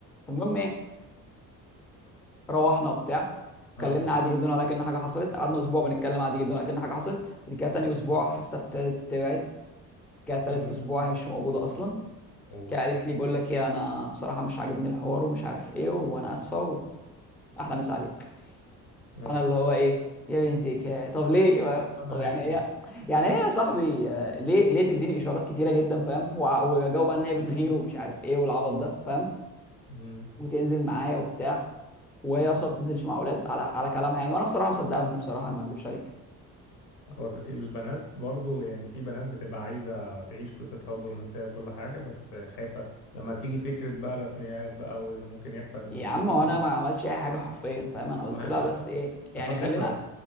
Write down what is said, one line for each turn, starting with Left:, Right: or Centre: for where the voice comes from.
Centre: المهم ايه روحنا وبتاع اتكلمنا
Left: اه
Centre: عادي جدا ولا كأن حاجه حصلت قعدنا اسبوع بنتكلم عادي جدا ولا كأن حاجه حصلت بعد كده تاني اسبوع حاسه ابتدت تبعد كده تالت
Left: امم
Centre: اسبوع هي مش موجوده اصلا
Left: اوه
Centre: كده قالت لي بقول لك ايه انا بصراحه مش عاجبني الحوار ومش عارف ايه وانا اسفه واحلى مسا عليك
Left: اوبس
Centre: انا اللي هو ايه يا بنتي كا- طب ليه
Left: يا نهار
Centre: طب يعني
Left: اسود
Centre: هي يعني هي يا صاحبي آه، ليه ليه تديني اشارات كتيره جدا فاهم وع- واجاوب بقى ان هي بتغير ومش عارف ايه والعبط ده فاهم
Left: امم
Centre: وتنزل معايا وبتاع وهي
Left: اه
Centre: اصلا ما بتنزلش مع اولاد على على كلامها يعني وانا بصراحه مصدقها في دي بصراحه ما اكذبش عليك
Left: هو في في البنات برضو يعني في بنات بتبقى عايزة تعيش قصة حب رومانسية وكل حاجة بس خايفة لما تيجي فكرة بقى رسميات بقى واللي ممكن يحصل الموضوع
Centre: يا عم هو انا ما عملتش اي حاجه حرفيا فاهم انا قلت
Left: ما
Centre: لها بس ايه يعني
Left: خضتها
Centre: خلينا
Left: بقى